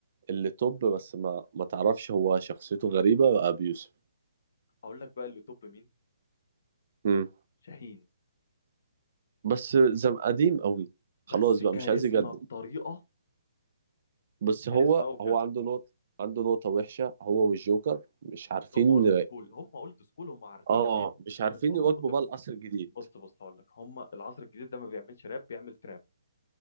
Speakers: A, on the right; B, on the left.
A: اللي توب بس ما ما تعرفش هو شخصيته غريبة بقى أبي يوسف
B: اقول لك بقى اللي توب مين
A: مم.
B: شاهين
A: بس زم قديم قوي خلاص
B: بس كاريزما
A: بقى مش عايز يجدد
B: بطريقه
A: بس
B: كاريزما
A: هو
B: قوي بجد
A: هو عنده نقطة عنده نقطة وحشة هو والجوكر مش عارفين
B: هم اولد سكول هم اولد سكول هم عارفين
A: اه
B: عادي
A: مش عارفين
B: بس هم
A: يواكبوا
B: متمسكين
A: بقى العصر الجديد
B: بص بص هقول لك هم العصر الجديد ده ما بيعملش راب بيعمل تراب